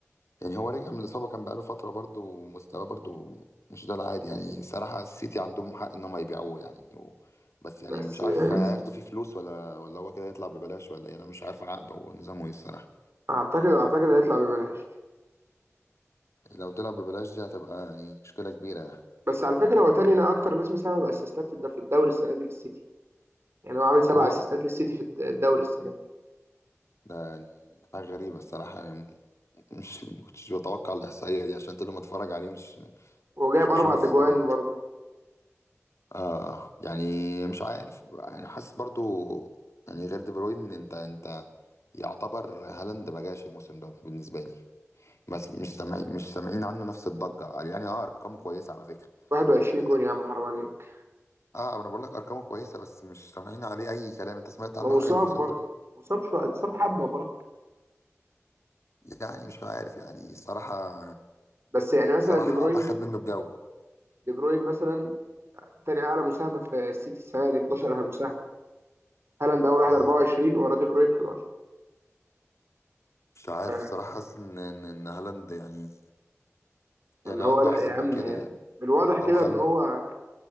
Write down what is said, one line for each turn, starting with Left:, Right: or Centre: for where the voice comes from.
Left: يعني هو رجع من الإصابة كان بقاله فترة برضه ومستواه برضه مش ده العادي يعني صراحة السيتي عندهم حق إنهم هيبيعوه يعني و... بس يعني
Right: بس
Left: مش عارف
Right: آه،
Left: هياخدوا فيه فلوس ولا ولا هو كده يطلع ببلاش ولا إيه أنا مش عارف عقده ونظامه إيه الصراحة
Right: اعتقد اعتقد هيطلع ببلاش
Left: لو طلع ببلاش دي هتبقى يعني مشكلة كبيرة يعني
Right: بس على فكرة هو تاني انا اكتر ناس مساهمة باسيستات الد- في الدوري السنة دي للسيتي يعني هو عامل سبع
Left: هو
Right: اسيستات للسيتي في الد- الدوري السنة دي
Left: ده يعني حاجة غريبة الصراحة يعني مش ما كنتش بتوقع الإحصائية دي عشان كل ما أتفرج عليه مش
Right: وجايب
Left: مش بشوفه
Right: اربع تجوان
Left: في فورم
Right: برضه
Left: آه يعني مش عارف يعني حاسس برضو يعني غير دي بروين أنت أنت يعتبر هالاند ما جاش الموسم ده بالنسبه لي بس مش سامعين مش سامعين عنه نفس الضجه يعني اه ارقامه كويسه على فكره
Right: 21
Left: يعني انت
Right: جون يا عم حرام عليك
Left: اه انا بقول لك ارقامه كويسه بس مش سامعين عليه اي كلام انت سمعت
Right: ما
Left: عنه حاجه
Right: مصاب
Left: الموسم
Right: برضه
Left: ده
Right: مصاب شويه اتصاب حبه برضه
Left: يعني مش عارف يعني الصراحه
Right: بس يعني مثلا
Left: صراحه
Right: دي بروين
Left: اخد منه الجو
Right: دي بروين مثلا تاني اعلى مساهمه في السيتي السنه دي 11 مساهمه هالاند اول واحد
Left: اه
Right: 24 وراه دي بروين 11
Left: مش عارف
Right: ف-
Left: الصراحه حاسس ان ان إن هالاند يعني
Right: فاللي
Left: يعني
Right: هو
Left: عنده
Right: لا
Left: احسن
Right: يا عم
Left: من كده يعني
Right: بالواضح كده
Left: او خل
Right: ان هو